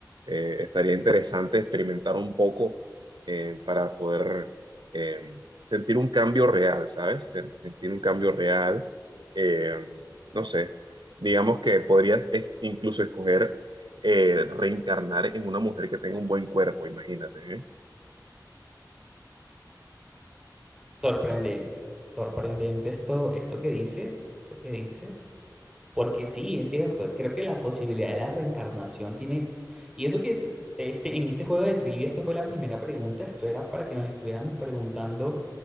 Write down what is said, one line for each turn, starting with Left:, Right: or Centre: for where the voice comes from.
Right: Eh, estaría interesante experimentar un poco eh, para poder eh, sentir un cambio real, ¿sabes? Sen- Sentir un cambio real, eh, no sé, digamos que podrías e- incluso escoger eh, reencarnar en una mujer que tenga un buen cuerpo, imagínate, ¿eh?
Centre: Sorprendente, sorprendente esto, esto que dices, esto que dices, porque sí, es cierto, creo que la posibilidad de la reencarnación tiene, y eso que es, este, en este juego de trivia, esto fue la primera pregunta, eso era para que nos estuviéramos preguntando